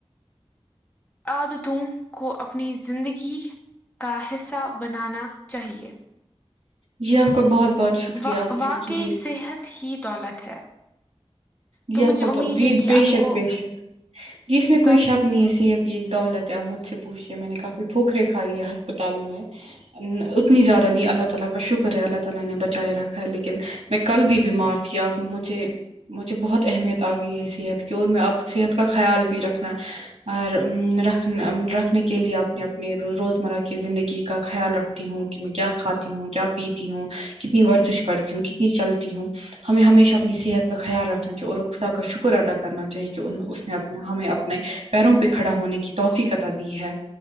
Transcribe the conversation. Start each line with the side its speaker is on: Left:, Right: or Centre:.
Left: عادتوں کو اپنی زندگی کا حصہ بنانا چاہیے
Right: جی اپ کا بہت بہت شکریہ
Left: و
Right: آپ نے
Left: واقعی
Right: اس لیے
Left: صحت ہی دولت ہے
Right: جی
Left: تو مجھے
Right: اپ کا
Left: امید ہے کہ
Right: بے
Left: آپ
Right: شک
Left: کو
Right: بے شک جیس میں
Left: تو
Right: کوئی
Left: آپ
Right: شک
Left: کو
Right: نہیں ہے صحت ایک دولت ہے اپ مجھ سے پوچھیے میں نے کافی ٹھوکری کائی ہے ہسپتالوں میں اتنی زیادہ نہیں اللہ تعالی کا شکر ہے اللہ تعالی نے بچائے رکھا ہے لیکن میں کل بھی بیمار تھی آپ مجھے مجھے بہت اہمیت آ گئی ہے صحت کی اور میں اب صحت کا خیال بھی رکھنا اور رکھ رکھنے کے لیے اپنے اپنے روزمرہ کی زندگی کا خیال رکھ تی ہوں کہ کیا کھاتی ہوں کیا پیتی ہوں کتنی ورزش کرتی ہوں کتنی چلتی ہوں ہمیں ہمیشہ اپنی صحت کا خیال رکھنا چاہیے اور خدا کا شکر ادا کرنا چاہیے کہ اس نے اپنا ہمیں اپ نے پیروں پہ کھڑا ہونے کی توفیق عطا دی ہے